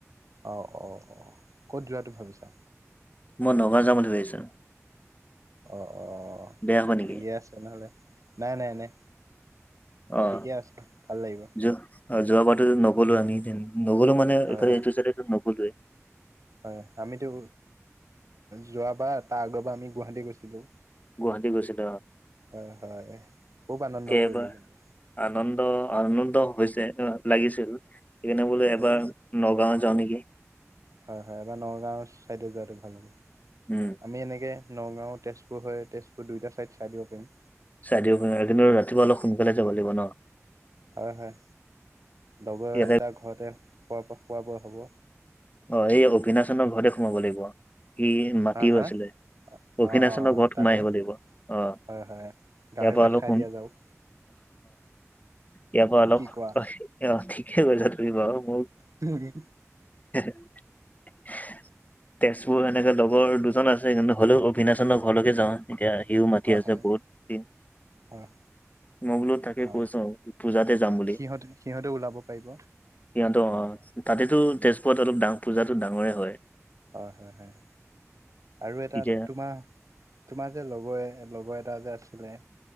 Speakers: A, on the right (about 80°); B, on the left (about 30°).
A: অঁ অঁ অঁ ক'ত যোৱাটো ভাবিছা
B: মই নগাঁও যাম বুলি ভাবিছো
A: অ অ
B: বেয়া হ'ব নেকি
A: ঠিকে আছে নহ'লে নাই নাই নাই
B: অ
A: ঠিকে আছে ভাল লাগিব
B: যোৱা অ যোৱ বাৰো নগলো আমি নগলো মানে মানে
A: হয়
B: এইফালটো
A: হয়
B: চটো নগজে
A: হয় আমিতো যোৱাবাৰ তাৰ আগৰবাৰ আমি গুৱাহাটী গৈছিলোঁ
B: গুৱাহাটী গৈছিল
A: হয় হয় খুব আনন্দ কৰিলোঁ
B: এবাৰ
A: কিন্তু
B: আনন্দ আনন্দ হৈছে লাগিছিল সেইকাৰণে বোলেো এবাৰ
A: এই
B: নগাঁও যা নেকি
A: হয় হয় এবাৰ নগাঁও ছাইডে যোৱাটো ভাল হ'ব
B: উম
A: আমি এনেকৈ নগাঁও তেজপুৰ হয় তেজপুৰ দুয়োটা ছাইড চাই দিব পাৰিম
B: চাই দিক কিন্তু ৰাতিপুৱা অলপ সোনকালে যাব লাগিব ন
A: হয় হয় লগৰ
B: ইয়াতে
A: দুটা ঘৰতে খোৱা খোৱা বোৱা হ'ব
B: অ এই অবিনাশনৰ ঘৰতে সোমাব লাগিব ইি মাটিও
A: হা হা
B: আছিলে অক্ষিনাচনৰ
A: অঁ অঁ
B: ঘৰত
A: তাতে
B: সোমাই আহিব লাগিব আহ
A: হয় হয় গাহৰি
B: ইয়াৰ পৰা
A: ভাত
B: অলপ
A: খাই
B: শুন
A: দিয়া যাওক
B: ইয়াৰ পৰাা অলপ
A: কি কোৱা
B: ঠিকে কৈছা তুমি বাৰু মোৰ
A: থে
B: <unintelligible> তেজপুৰ এেনেকে লগৰ দুজন আছে কিন্তু হ'লেও অভিনাশনৰ ঘৰলৈকে যাওঁ এতিয়া সিউ মাটি
A: হয়
B: আছে
A: হয়
B: বহুত দিন
A: হয়
B: মোকলো তাকে
A: অঁ
B: কৈছো পূজাতে যাম বুলি
A: সিহঁতে সিহঁতে ওলাব পাৰিব
B: সিহঁতৰ অ তাতেতো তেজপুৰত অলপ ডাঙ পূজাতো ডাঙৰে হয়
A: হয় হয় হয় আৰু এটা
B: তেতিয়া
A: তোমাৰ তোমাৰ যে লগৰ লগৰ এটা যে আছিলে